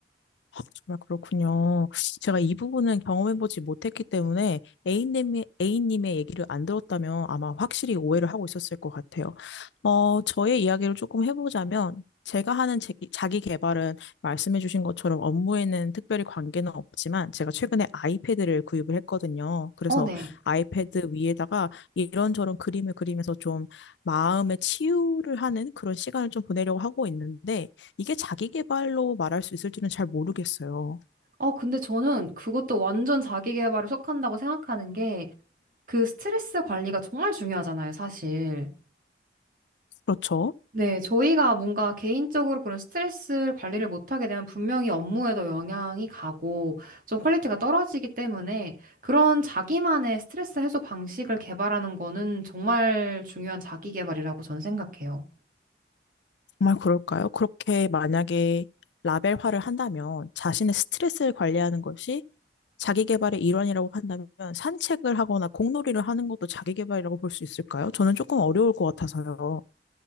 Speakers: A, on the left; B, on the right.
A: 아, 정말 그렇군요. 제가 이 부분은 경험해보지 못했기 때문에 A님의, A님의 얘기를 안 들었다면 아마 확실히 오해를 하고 있었을 것 같아요. 어, 저의 이야기를 조금 해보자면 제가 하는 제- 자기 개발은 말씀해주신 것처럼 업무에는 특별히 관계는 없지만 제가 최근에 아이패드를 구입을 했거든요. 그래서
B: 어, 네.
A: 아이패드 위에다가 이런저런 그림을 그리면서 좀 마음의 치유를 하는 그런 시간을 좀 보내려고 하고 있는데 이게 자기 개발로 말할 수 있을지는 잘 모르겠어요.
B: 어, 근데 저는 그것도 완전 자기 개발에 속한다고 생각하는 게 그 스트레스 관리가 정말 중요하잖아요, 사실.
A: 그렇죠?
B: 네, 저희가 뭔가 개인적으로 그런 스트레스 관리를 못하게 되면 분명히 업무에도 영향이 가고 좀 퀄리티가 떨어지기 때문에 그런 자기만의 스트레스 해소 방식을 개발하는 거는 정말 중요한 자기 개발이라고 저는 생각해요.
A: 정말 그럴까요? 그렇게 만약에 라벨화를 한다면 자신의 스트레스를 관리하는 것이 자기 개발의 일환이라고 한다면 산책을 하거나 공놀이를 하는 것도 자기 개발이라고 볼 수 있을까요? 저는 조금 어려울 것 같아서요.